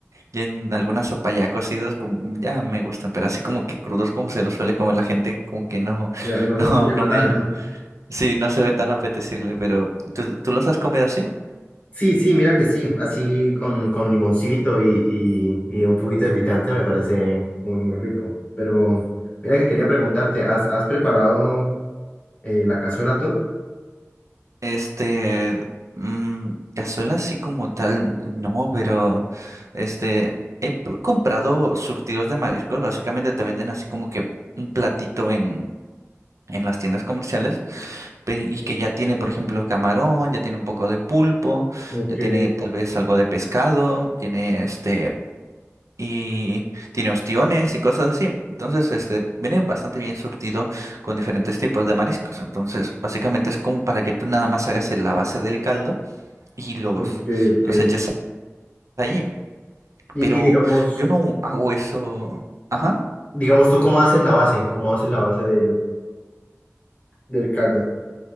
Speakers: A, on the right (about 80°); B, on the left (about 25°).
A: ya en alguna sopa ya cocidos como, ya me gustan, pero así como que crudos como se los suele comer la gente, como que no, <laughs>
B: Ya, no,
A: no,
B: no te llama
A: no me
B: tanto.
A: ya. Sí, no se ve tan apetecible, pero ¿tú, tú los has comido así?
B: Sí, sí, mira que sí, así con, con limoncito y, y, y un poquito de picante me parece muy, muy rico. Pero mira que quería preguntarte, ¿has, has preparado eh, la cazuela tú?
A: Este, mm, cazuela así como tal, no, pero este, he p- comprado surtidos de mariscos, básicamente te venden así como que un platito en, en las tiendas comerciales, pe- y que ya tiene, por ejemplo, camarón, ya tiene un poco de pulpo,
B: Ok,
A: ya tiene tal vez algo de pescado, tiene este y tiene ostiones y cosas así. Entonces, este, viene bastante bien surtido con diferentes tipos de mariscos. Entonces, básicamente es como para que tú nada más hagas la base del caldo y los,
B: ok, ok.
A: los eches allí.
B: Y,
A: Pero
B: y digamos,
A: yo no hago eso. Ajá.
B: digamos tú, ¿cómo haces la base? ¿Cómo haces la base del, del caldo?